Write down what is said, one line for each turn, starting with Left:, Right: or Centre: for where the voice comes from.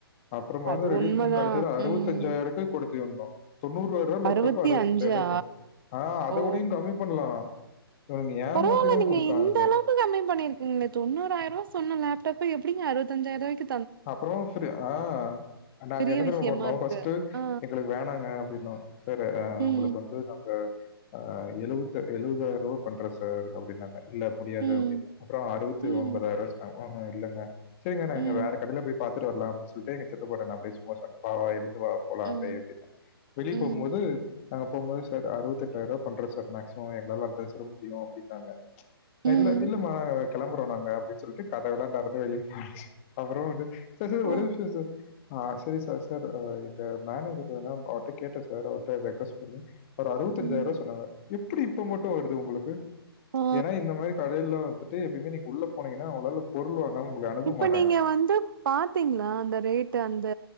Left: அப்றோமாதா
Right: அது
Left: ரெட்யூஸ்
Right: உண்மதா
Left: பண்ணி கடைசில அறுவத்தஞ்சாயிரோ
Right: ம்
Left: ரூபா குடுத்து வந்தோ தொண்ணூறு லேப்டாப்
Right: அறுவத்தி
Left: அறுபத்தஞ்சாயி
Right: அஞ்சா
Left: ரூவாக்கு வாங்குனோ ஆ அதவுடியு
Right: ஓ
Left: கம்மி பண்லா இவனுக ஏமாத்திதா
Right: பரவால்ல நீங்க
Left: குடுத்தாங்களே
Right: இந்த கம்மி பண்ணிருக்கீங்ளே தொண்ணூராயிரோ ரூபா சொன்னா லேப்டாப்ப எப்டிங்க அறுவத்தஞ்சாயிரவாய்க்கு
Left: அப்றோம் ஆ நாங்க
Right: பெரிய
Left: என்ன தெரிமா
Right: விஷயமா
Left: பண்ணோம்
Right: இருக்கு
Left: ஃபர்ஸ்ட்டு
Right: ஆ
Left: எங்களுக்கு வேணாங்க அப்டின்னோம் சேரி அ
Right: ம்
Left: உங்களுக்கு வந்து நாங்க ஆ எழுபத்த எழபதாயிரம் ரூபா பண்றன் சார் அப்டின்னாங்க இல்ல முடியாது
Right: ம்
Left: அப்டின்னோ அப்றோ அறுபத்து
Right: ம்
Left: ஒன்பதாயிரோ ரூபாய் சொன்னாங்க இல்லங்க சரிங்க நா
Right: ம்
Left: எங்க வேற உள்ள போய் பாத்துட்டு வரலா அப்டினு சொல்ட்டு எங்க சித்தப்பாட்ட நா அப்டியே சும்மா சொன்னே வா எழுது வா போலா
Right: ம்
Left: அடியேப் பின்ன வெளிய
Right: ம்
Left: போம்போது நாங்க போகுபோது சார் அறுபத்தெட்டாயிர ரூபா பண்றோ சார் மேக்சிமம் எங்களால அதுதா சார் முடியும் அப்டின்னாங்க
Right: ம்
Left: இல்ல இல்லம்மா நாங்க கிளம்புறோ நாங்க அப்டின்னு சொல்ட்டு கதவலா திறந்து வெளிய அப்றோ வந்து சார் சார்
Right: ஆ
Left: ஒரே நிம்ஷோ சார் ஆ சேரி சார் சார் அ எங்க மேனேஜர் வேனா அவர்ட்ட கேட்டே சார் அவர்ட்ட ரெக்வஸ்ட் பண்ணி ஒரு அறுபத்தஞ்சாயிரம்
Right: ம்
Left: ரூபா சொன்னார் எப்டி இப்ப மட்டு வருது உங்களுக்கு
Right: ஆ
Left: ஏனா இந்த மாரி கடைல எப்பயுமே நீங்க உள்ள போனீங்கன்னா உங்களால பொருள் வாங்காம உங்கள அனுப்பமாட்டாங்க
Right: இப்ப நீங்க வந்து பாரத்தீங்களா அந்த ரேட்டு் அந்த